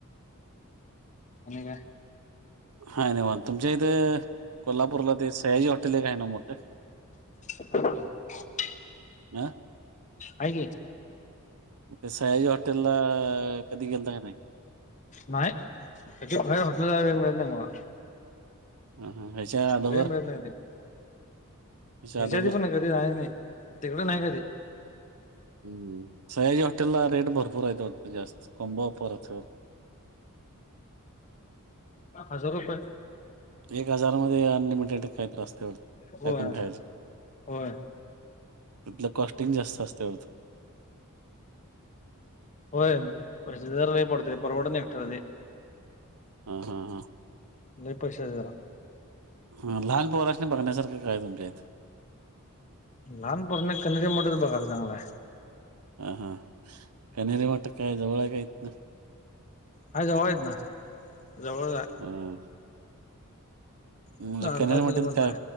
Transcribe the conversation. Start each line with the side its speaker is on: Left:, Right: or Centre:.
Left: आणि का.
Right: हा नाही मन तुमच्या इथे कोल्हापूरला ते सयाजी हॉटेल एक का आहे ना मोठं.
Left: अ
Right: हं
Left: अ क
Right: ते सयाजी हॉटेल ला कधी गेल का नाही.
Left: नाही त्या हॉटेलला वेळ मिळत नाही मला.
Right: हा हा ह्याच्या अदोगर
Left: वे भळ नाही आहे.
Right: ह्याच्या
Left: ह्याच्यात
Right: अदोगर
Left: पण नाही कधी नाही नाही तिकडं नाही कधी.
Right: हम्म सयाजी हॉटेल ला रेट भरपूरयत उत जास्त कोंबापरच.
Left: हजार काय.
Right: एक हजारामध्येध्ये अनलिमिटेड काहीतस्ते्यावर
Left: होय
Right: काय पण ख्यायचं.
Left: होय
Right: तलं कॉस्टिंग जास्त असते एवढतं.
Left: होयर रई पडते परर्वाडनेक्टरदी.
Right: हा हा हा.
Left: निपक्षरा.
Right: हा लहान पोराशने बघण्यासारखं काय तुमच्या इथं.
Left: लहानपासून कनरी मोच बघाय चांगलाय.
Right: हा हा कनेरी वाट काय जवळ आहे काहीत ना.
Left: काय जवळ येत ना जवळ जा.
Right: हा म्हणजे
Left: आहे आठ
Right: कॅनल
Left: दहा
Right: म्हट
Left: किलोमीटर
Right: तर काय